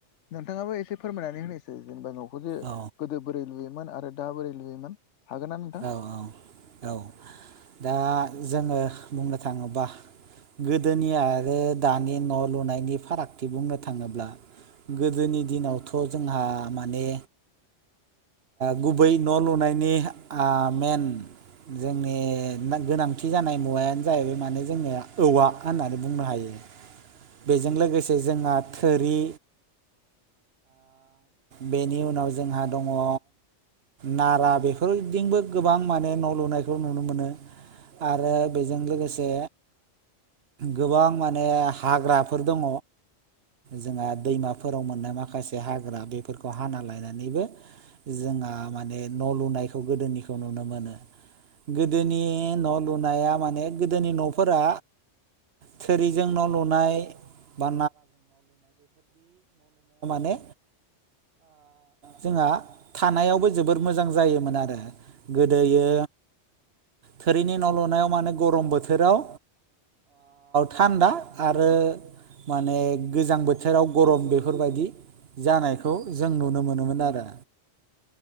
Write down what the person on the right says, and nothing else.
औ
औ औ औ दा जोङो बुंनो थाङोब्ला गोदोनि आरो दानि न' लुनायनि फारागथि बुंनो थाङोब्ला गोदोनि दिनावथ' जोंहा माने गुबै न' लुनायनि मेन जोंनि गोनांथि जानाय मुवायानो जाहैबाय माने जोङो औवा होननानै बुंनो हायो। बेजों लोगोसे जोंहा थोरि बेनि उनाव जोंहा दंङ। नारा बेफोरदिबो गोबां माने न' लुनायखौ नुनो मोनो। आरो बेजों लोगोसे गोबां माने हाग्राफोर दंङ जोंहा दैमा फोराव मोननाय माखासे हाग्रा बेफोरखौ हाना लायनानैबो जोंहा माने न' लुनायखौ गोदोनिखौ नुनो मोनो। गोदोनि न' लुनाया माने गोदोनि न'फोरा थोरैजों न' न' लुनाय बा नारा जोंहा थानायावबो जोबोर मोजां जायोमोन आरो। गोदोयो थोरिनि न' लुनायाव माने गरम बोथोराव थान्दा आरो माने गोजां बोथोराव गरम बेफोरबायदि जानायखौ जों नुनो मोनोमोन आरो।